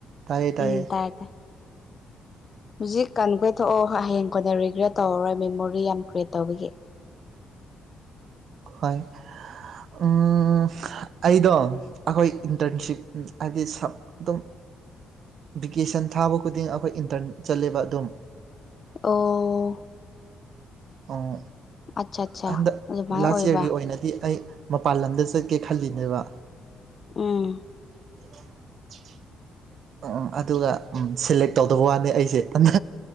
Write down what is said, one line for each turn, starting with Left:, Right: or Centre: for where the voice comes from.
Right: ꯇꯥꯏꯌꯦ
Left: ꯎꯝ
Right: ꯇꯥꯏꯌꯦ
Left: ꯇꯥꯏ ꯇꯥꯏ ꯍꯧꯖꯤꯛ ꯀꯟ ꯀꯣꯏ ꯊꯣꯛꯑꯣ ꯍꯌꯦꯡ ꯀꯣꯟꯅ ꯔꯤꯒ꯭ꯔꯦꯠ ꯇꯧꯔꯔꯣꯏ ꯃꯦꯃꯣꯔꯤ ꯌꯥꯝ ꯀ꯭ꯔꯤꯌꯦꯠ ꯇꯧꯕꯒꯤ
Right: ꯍꯣꯏ ꯑꯥ ꯑꯩꯗꯣ ꯑꯩꯈꯣꯏ ꯏꯟꯇꯔꯟꯁꯤꯞ ꯍꯥꯏꯗꯤ ꯁꯞ ꯑꯗꯨꯝ ꯚꯤꯀꯦꯁꯟ ꯊꯥꯕ ꯈꯨꯗꯤꯡ ꯑꯩꯈꯣꯏ ꯏꯟꯇꯔꯟ ꯆꯠꯂꯦꯕ ꯑꯗꯨꯝ
Left: ꯑꯣ
Right: ꯑꯣ
Left: ꯑꯠꯆꯥ ꯑꯠꯆꯥ
Right: ꯑ ꯍꯟꯗꯛ
Left: ꯑꯗꯨꯃꯥꯏꯅ
Right: ꯂꯥꯁ
Left: ꯑꯣꯏꯕ
Right: ꯌꯥꯔꯒꯤ ꯑꯣꯏꯅꯗꯤ ꯑꯩ ꯃꯄꯥꯟ ꯂꯝꯗ ꯆꯠꯀꯦ ꯈꯜꯂꯤꯅꯦꯕ
Left: ꯎꯝ
Right: <inaudible> ꯎꯝ ꯑꯗꯨꯒ ꯎ ꯁꯦꯂꯦꯛ ꯇꯧꯗꯕ ꯋꯥꯅꯤ ꯑꯩꯁꯦ ꯑ